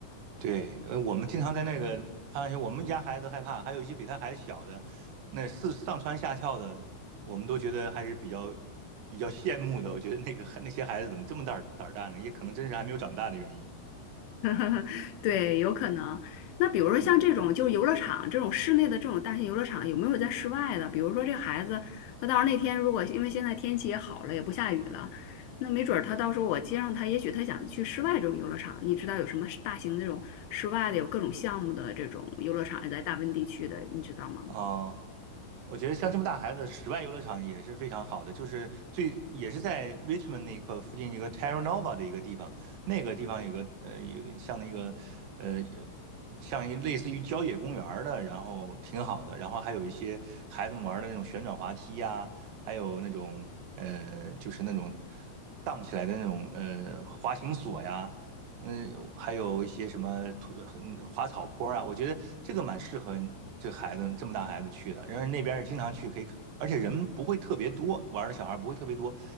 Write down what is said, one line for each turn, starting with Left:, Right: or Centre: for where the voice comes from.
Right: 对。呃，我们经常在那个攀岩区，我们家孩子害怕，还有一些比他还小的，那是上蹿下跳的，我们都觉得还是比较比较羡慕的。我觉得那个那些孩子怎么这么胆胆大呢？也可能真是还没有长大的原因。
Left: <laughs> 对，有可能。那比如说像这种就是游乐场这种室内的这种大型游乐场，
Right: 嗯，
Left: 有没有在室外的？比如说这孩子，他到时候那天如果因为现在天气也好了，也不下雨了，那没准儿他到时候我接上他，也许他想去室外这种游乐场。你知道有什么大型的这种室外的，有各种项目的这种游乐场，也在大温地区的，你知道吗？
Right: 哦、我觉得像这么大孩子，室外游乐场也是非常好的，就是最也是在 Richmond 那块附近一个 Terra Nova 的一个地方，那个地方有个呃有个像那个呃像一类似于郊野公园儿的，然后挺好的，然后还有一些孩子们玩的那种旋转滑梯呀、还有那种呃就是那种荡起来的那种呃滑行索呀，嗯，还有一些什么土嗯滑草坡啊，我觉得这个蛮适合这孩子这么大孩子去的。然后那边儿也经常去，可以看，而且人不会特别多，玩儿的小孩儿不会特别多。